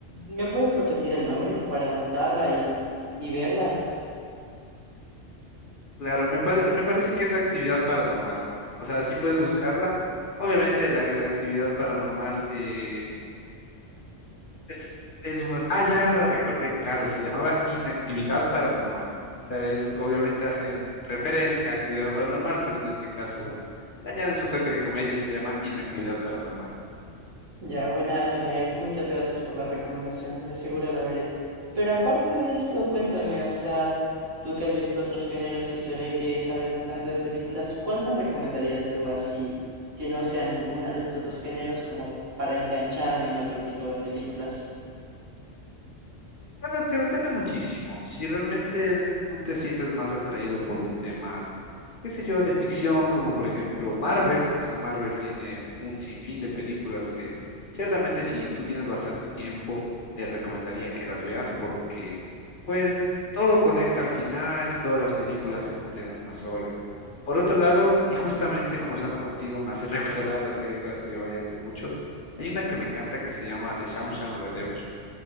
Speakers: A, on the right (about 85°); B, on the left (about 45°).
A: ¿me puedes repetir el nombre para anotarla y, y verla?
B: claro, me, pare- me parece que es actividad paranormal. O sea, sí puedes buscarla. Obviamente la, la actividad paranormal eh, es, es una... Ah, ya la recordé, claro, se llamaba inactividad paranormal. O sea, es, obviamente hacen referencia a actividad paranormal, pero en este caso, bueno, le añaden su toque de comedia y se llama inactividad paranormal.
A: Ya, buenazo, Jair. Muchas gracias por la recomendación. De seguro la veré. Pero aparte de esto, cuéntame, o sea, tú que has visto otros géneros y se ve que sabes bastante de películas, ¿cuál me recomendarías tú así que no sea ninguna de estos dos géneros como para engancharme en otro tipo de películas?
B: Bueno, que depende muchísimo. Si realmente el- tú te sientes más atraído por un tema, qué sé yo, de ficción, como por ejemplo Marvel, o sea, Marvel tiene un sinfín de películas que ciertamente si tú tienes bastante tiempo, te recomendaría que las veas porque pues todo conecta al final y todas las películas se juntan en una sola. Por otro lado, y justamente conversando contigo me hace <laughs> recordar las películas que yo veía hace mucho, hay una que me encanta que se llama The Shawshank Redemption.